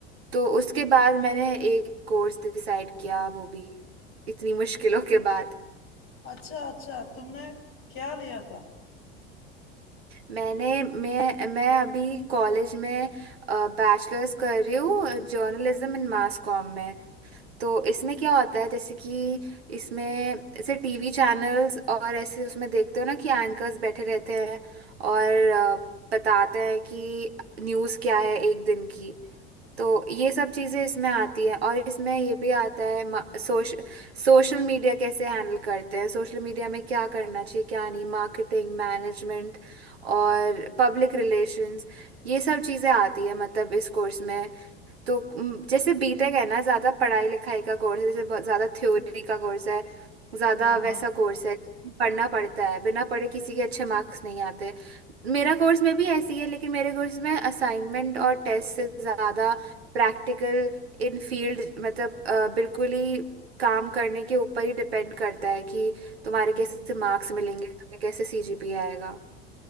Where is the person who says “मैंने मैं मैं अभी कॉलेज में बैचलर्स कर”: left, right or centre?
Right